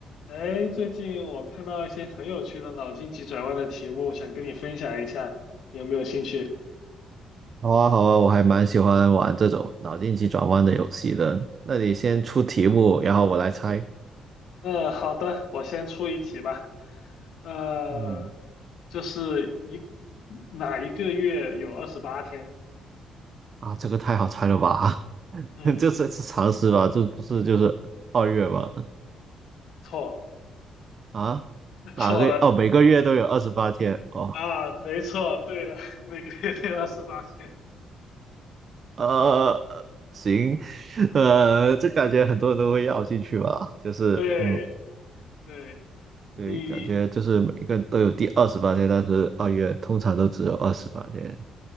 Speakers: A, on the left; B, on the right.
A: 哎，最近我看到一些很有趣的脑筋急转弯的题目，想跟你分享一下，你有没有兴趣？
B: 好啊，好啊，我还蛮喜欢玩这种脑筋急转弯的游戏的。那你先出题目，然后我来猜。
A: 嗯，好的，我先出一题吧。呃，
B: 嗯，
A: 就是一哪一个月有二十八天？
B: 啊，这个太好猜了吧？<laughs>
A: 嗯，
B: 这是是常识吧？这不是就是二月吗？
A: 错，
B: 啊，哪个？
A: 错了
B: 哦，每个月都有二十八天。哦，
A: 啊，没错，对了，<laughs> 每个月都有二十八天。
B: 呃，行，<laughs> 呃，这感觉很多人都会要进去吧？就是，
A: 对
B: 嗯，
A: 对，你
B: 对，感觉就是每个人都有第二十八天，但是二月通常都只有二十八天。